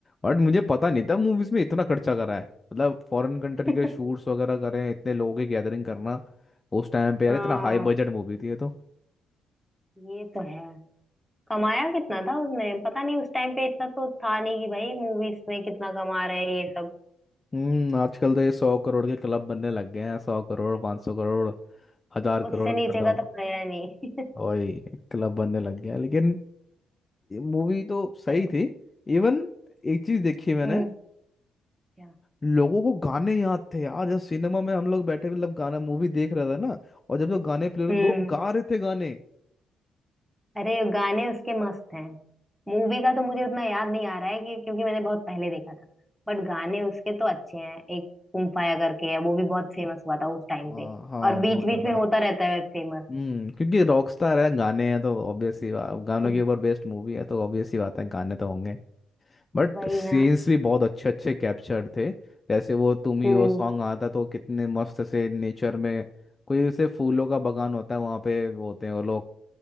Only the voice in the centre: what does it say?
<laughs>
हाँ
ये तो है कमाया कितना था उसने पता नहीं उस टाइम पे इतना तो था नहीं कि भाई मूवीज में कितना कमा रहे हैं ये सब
उससे
नीचे
का तो गया ही नहीं
<laughs> तो,
हम्म क्या
हम्म
अरे गाने उसके मस्त हैं मूवी का तो मुझे उतना याद नहीं आ रहा है कि क्योंकि मैंने बहुत पहले देखा था बट गाने उसके तो अच्छे हैं एक कुम फाया करके है वो भी बहुत फेमस हुआ था उस टाइम
पे
और बीच
बीच
में होता रहता है फेमस
<laughs>
वही
ना
हम्म